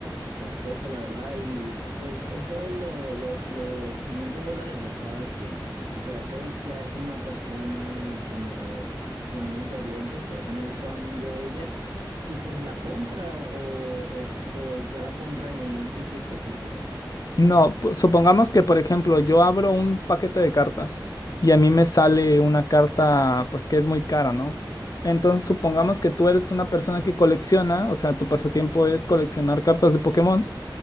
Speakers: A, on the right; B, on the left.
A: Costoso, la verdad, y pues eso lo, lo- los quinientos dólares lo paga quién. O sea, eso ya es una persona como común y corriente que es muy fan de ella y pues la compra o, o, o o ya la compran en un sitio específico.
B: No, po- supongamos que, por ejemplo, yo abro un paquete de cartas y a mí me sale una carta, pues que es muy cara, ¿no? Entonces, supongamos que tú eres una persona que colecciona, o sea, tu pasatiempo es coleccionar cartas de Pokémon